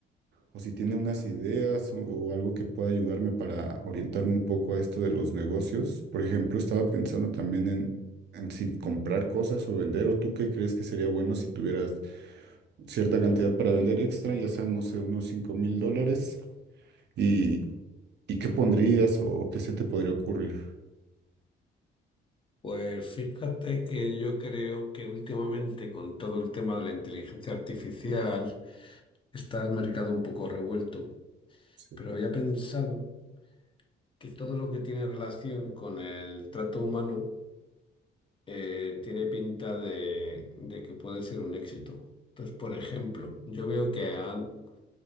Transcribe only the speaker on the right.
o si tiene unas ideas o, o algo que pueda ayudarme para orientarme un poco a esto de los negocios. Por ejemplo, estaba pensando también en, en si comprar cosas o vender, o tú qué crees que sería bueno si tuvieras cierta cantidad para vender extra, ya sean, no sé, unos cinco mil dólares, y, y qué pondrías o, o qué se te podría ocurrir.
Sí.